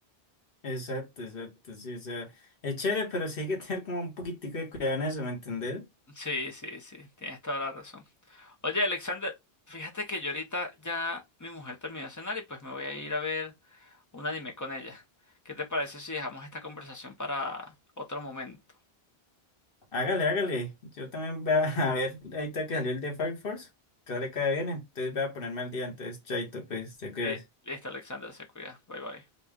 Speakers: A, on the left; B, on the left.
A: Exacto, exacto, sí. O sea, es chévere, pero sí hay que tener como un poquitico de cuidado en eso, ¿me entendés?
B: Sí, sí, sí, tienes toda la razón. Oye, Alexander, fíjate que yo ahorita ya mi mujer terminó de cenar y pues me voy a ir a ver. un anime con ella. ¿Qué te parece si dejamos esta conversación para otro momento?
A: Hágale, hágale. Yo también voy a <laughs> a ver, ahorita que salió el de Fire Force, que sale cada bien, entonces voy a ponerme al día. Entonces, chaito, pues, te cuidas.
B: Eh, Listo, Alexander, se cuida. Bye bye.